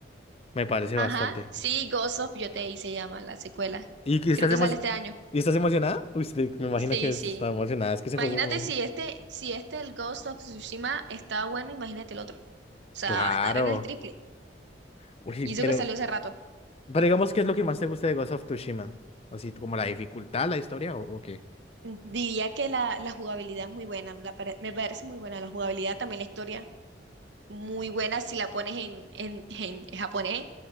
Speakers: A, on the left; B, on the right.
A: me parece
B: Ajá,
A: bastante.
B: sí, Ghost of Yotei se llama la secuela.
A: ¿Y que estás
B: Creo que
A: emo-
B: sale este año.
A: ¿Y estás emocionada? Uy, sí, me imagino
B: Sí,
A: que está
B: sí.
A: emocionada, es que
B: Imagínate
A: se fue. como-
B: si este, si este, el Ghost of Tsushima, está bueno, imagínate el otro. O sea,
A: Claro.
B: va a estar en el triple.
A: Uy,
B: Y
A: pero,
B: eso que salió hace rato.
A: pero digamos, ¿qué es lo que más te gusta de Ghost of Tsushima? Así, como la dificultad, la historia o, o qué?
B: Diría que la, la jugabilidad es muy buena, la pare- me parece muy buena la jugabilidad, también la historia, muy buena si la pones en, en, en japonés